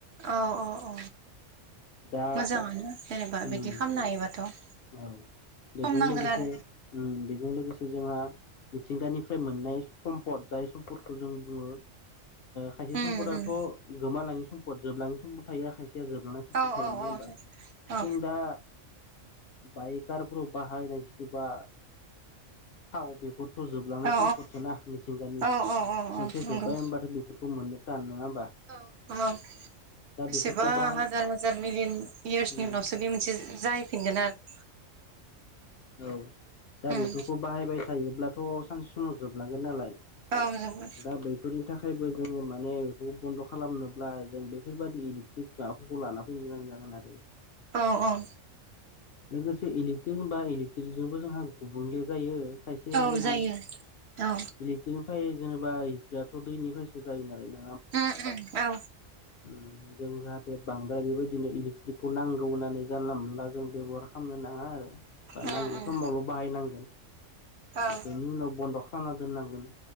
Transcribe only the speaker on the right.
औ औ औ
मोजाङानो जेनेबा
बिदि खालामनो हायोबाथ'
सम नांगोन
आरो
उम
उम
औ
औ
औ
औ
औ
औ औ औ औ
नंगौ
औ औ
बेसेबा
हाजार हाजार मिलियन इयार्सनि
उनावसो बे मोनसे जाहैफिनगोन आरो
उम
औ जोबोद
औ औ
औ जायो
औ
उम उम औ।
उम
उम
औ